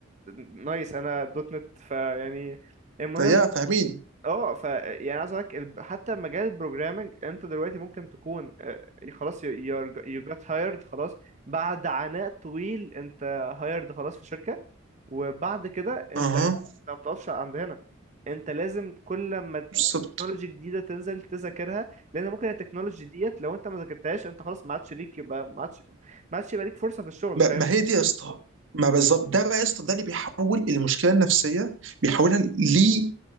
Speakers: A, on the right; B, on the right.
A: نايس انا دوت نت فيعني المهم
B: فيا فاهمين
A: اه ف يعني عايز اقولك الب- حتى مجال البروجرامنج انت دلوقتي ممكن تكون آه، خلاص يو جت هايرد خلاص بعد عناء طويل انت هايرد خلاص في شركة وبعد كده انت
B: اها
A: انت ما بتقفش عند هنا انت لازم كل ما
B: بالظبط
A: تكنولوجي جديدة تنزل تذاكرها لان ممكن التكنولوجي ديت لو انت ما ذاكرتهاش انت خلاص ما عادش ليك يبقى ما عادش ما عادش يبقى ليك فرصة في الشغل
B: ما,
A: فاهم
B: ما هي دي يا اسطى ما بالظبط ده بقى يا اسطى ده اللي بيحول المشكله النفسيه بيحولها ل